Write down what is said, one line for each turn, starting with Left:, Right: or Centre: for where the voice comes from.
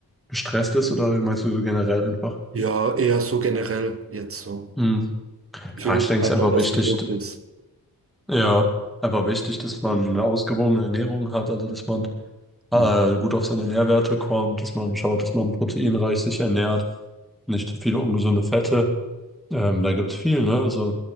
Centre: gestresst ist oder meinst du so generell einfach?
Right: Ja, eher so generell jetzt so.
Centre: Mhm.
Right: Für
Centre: Ja, ich denke,
Right: einfach
Centre: es ist einfach
Right: was
Centre: wichtig,
Right: Gesundes.
Centre: d- ja, einfach wichtig, dass man eine ausgewogene Ernährung hat, also dass man äh,
Right: Mhm.
Centre: gut auf seine Nährwerte kommt, dass man schaut, dass man proteinreich sich ernährt, nicht zu viele ungesunde Fette. Ähm, da gibt's viel, ne? Also,